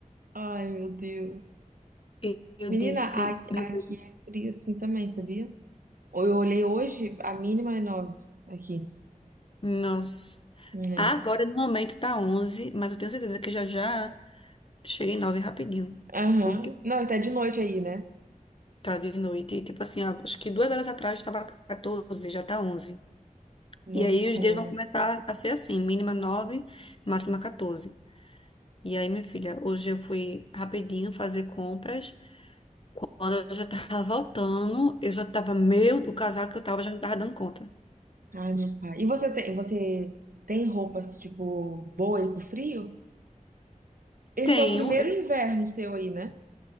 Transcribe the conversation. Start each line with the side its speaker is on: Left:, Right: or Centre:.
Right: Ai, meu Deus.
Left: E Eu
Right: Menina,
Left: disse,
Right: a- aqui
Left: meu
Right: tá
Left: Deus,
Right: frio assim também, sabia? Eu olhei hoje, a mínima é 9 aqui,
Left: Nossa.
Right: né?
Left: Agora, no momento, tá onze mas eu tenho certeza que já já cheguei em 9 rapidinho.
Right: Aham.
Left: Porque
Right: Não, e tá de noite aí, né?
Left: tá de noite. E, tipo assim, ó, acho que duas horas atrás tava 14, já tá onze
Right: Nossa
Left: E aí os
Right: Senhora.
Left: dias vão começar a ser assim, mínima nove máxima 14. E aí, minha filha, hoje eu fui rapidinho fazer compras. Quando eu já tava voltando, eu já tava meio... O casaco que eu tava já não tava dando conta.
Right: Ai, meu pai. E você tem, você tem roupas, tipo, boa aí pro frio? Esse
Left: Tenho,
Right: é o primeiro
Left: eu-
Right: inverno seu aí, né?